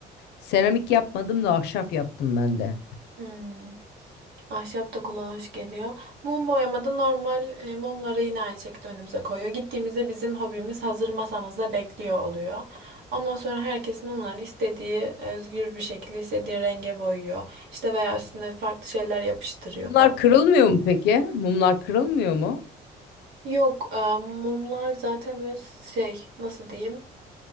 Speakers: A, on the left (about 80°); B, on the right (about 80°).
A: seramik yapmadım da ahşap yaptım ben de.
B: Hmm. Ahşap da kulağa hoş geliyor. Mum boyamada normal e, mumları yine aynı şekilde önümüze koyuyor. Gittiğimizde bizim hobimiz hazır masamızda bekliyor oluyor. Ondan sonra herkes mumlarını istediği özgür bir şekilde istediği renge boyuyor. İşte veya üstüne farklı şeyler yapıştırıyor
A: Mumlar
B: falan.
A: kırılmıyor mu peki? Mumlar kırılmıyor mu?
B: Yok, e, mumlar zaten böyle şey nasıl diyeyim